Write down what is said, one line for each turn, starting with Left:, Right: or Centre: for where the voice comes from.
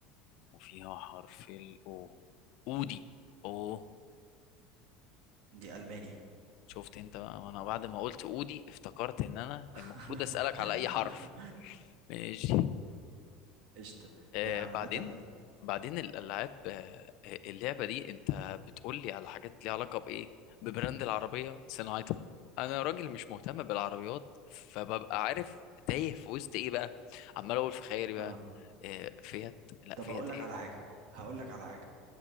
Left: وفيها حرف الاو اودي او
Right: دي ألماني
Left: شفت انت بقى وانا بعد ما قلت اودي افتكرت ان انا
Right: <laughs>
Left: المفروض اسالك على اي حرف ماشي
Right: قشطة
Left: آه
Right: هي عامة
Left: بعدين بعدين الالعاب آه آه، اللعبه دي انت بتقول لي على حاجات ليها علاقه بايه ببراند العربيه صناعتها انا راجل مش مهتم بالعربيات فببقى عارف تايه في وسط ايه بقى عمال اقول في خيالي بقى
Right: اه
Left: آه فيات لا
Right: طب
Left: فيات
Right: اقول لك
Left: ايه
Right: على حاجه هقول لك على حاجه